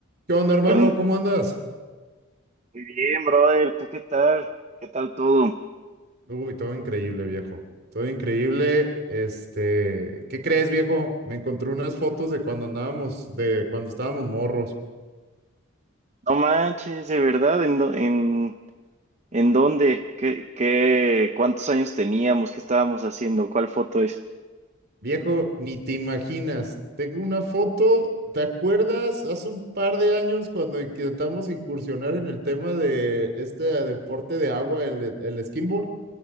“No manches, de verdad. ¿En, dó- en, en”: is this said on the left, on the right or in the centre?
Right